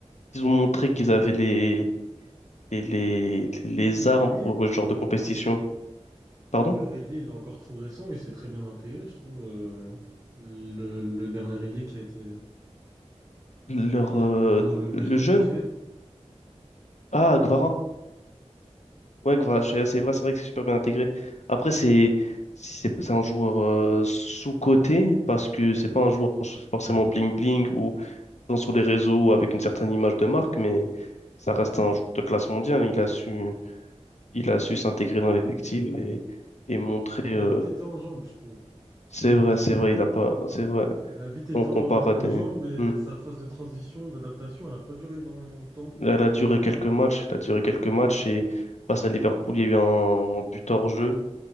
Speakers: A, on the left; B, on the right.
A: Ils ont montré qu'ils avaient les, les, les, les
B: Même leur
A: armes
B: ailier,
A: pour ce genre de compétition. Pardon?
B: leur ailier, il est encore trop récent, et s'est très bien intégré, je trouve. euh, le, le dernier ailier qui a été,
A: Leur,
B: qui est
A: euh,
B: arrivé pendant le mercato
A: le jeune?
B: d'hiver,
A: Ah,
B: euh,
A: Guevara. Ouais, Guevara, Teixeira, c'est vrai, c'est vrai que c'est super bien intégré. Après, c'est si c'est c'est un joueur euh, sous-coté parce que c'est pas un joueur for- forcément bling-bling ou présent sur les réseaux avec une certaine image de marque, mais ça reste un joueur de classe mondiale. Il a su, il a su s'intégrer dans l'effectif et, et montrer.
B: Mais il
A: euh,
B: a vite été en jambes, je trouve,
A: c'est
B: quand
A: vrai,
B: même.
A: c'est vrai, il a pas. C'est vrai.
B: Il a vite été
A: on compare
B: en,
A: à
B: en
A: des.
B: jambes et
A: Hmm.
B: sa phase de transition, d'adaptation, elle n'a pas duré énormément de temps.
A: Elle a duré quelques matchs, elle a duré quelques matchs et face à Liverpool, il y a eu un but hors jeu